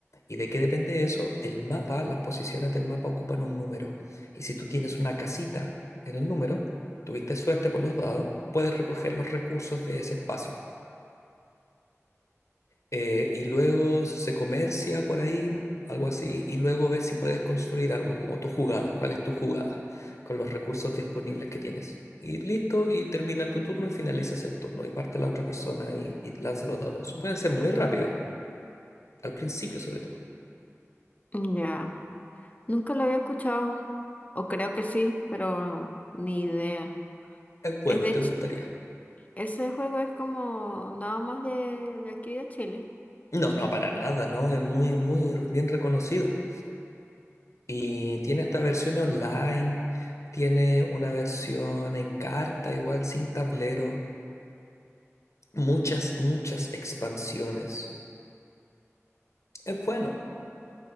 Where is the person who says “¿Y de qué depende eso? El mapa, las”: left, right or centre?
Left